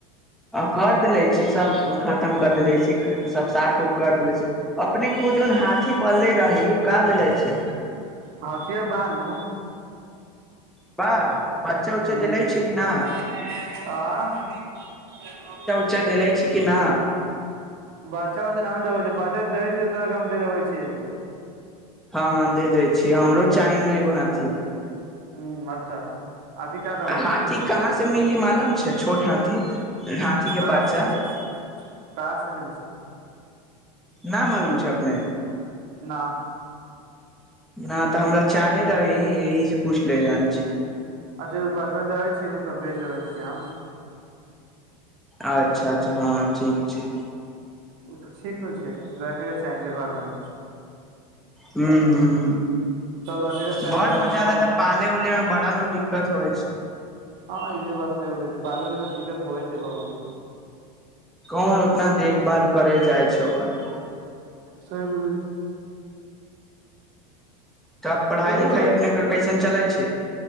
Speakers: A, in the centre; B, on the right.
A: कर देले छी सभ खतम कर देले छी सभ साफ उफ कर देले छी अपने के ऊ जोन हाथी पलले रहीं उ का भेले छै?
B: हथिया बानू
A: बा बच्चा उच्चा
B: हूं
A: देले छै कि न
B: <unintelligible> आ
A: चढेलै छी कि ना?
B: बच्चा बच्चामे ना देबैय बच्चा देै छिय तो तोरा के हम दे देबे छियौ
A: हँ दे दै छी हमरो चाहीनु एगो हाथीया।
B: हूं अच्छा अथी का करबै
A: आ हाथी
B: छी
A: कहाँ से मिली मालूम छै छोट हाथी हाथीके
B: कहाँ
A: बच्चा
B: से <unintelligible>
A: ना मालूम छै अपने?
B: ना
A: ना तऽ हमरा चाहे रही ऐहि से पूछ ले जान छी।
B: अच्छा बचबा देैबै छी नु तब भेज देबे छी हम।
A: अच्छा अच्छा हँ ठीक छै।
B: ऊसभ ठीक होय छै राखयके चाही छै घरमे।
A: हूं हूं
B: रखे के चाही
A: बड
B: अपन
A: हो जाला
B: सब
A: तऽ पाले उले मे बड़ा नु दिक्कत होइ छै।
B: हँ इहे बात सही रहै छै पाले उलेमे दिक्कत होइ छै बहुत।
A: कौन उतना देखभाल करै जाइ छै ओकर।
B: सहि बोलै छै।
A: तब पढ़ाइ
B: कोइ
A: लिखाइ अपनेके कइसन चलै छै।